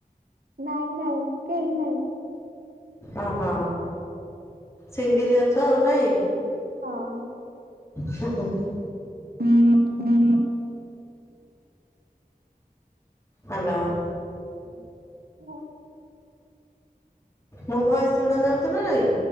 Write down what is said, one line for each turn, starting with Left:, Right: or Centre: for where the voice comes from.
Right: ନାଇଁ ନାଇଁ କେହି ନାଇଁ।
Left: ଓହୋ ସିଙ୍ଗିଲି ଅଛ ଆଉ ନାଇଁ।
Right: ହଁ।
Left: ହୁଁ ହୁଁ ହୁଁ।
Right: ହୁଁ। ହୁଁ।
Left: ହାଲୋ।
Right: ହୁଁ ହୁଁ।
Left: ମୋ ଭଏସ୍ ଶୁଣା ଯାଉଛି ନା ନାଇଁ।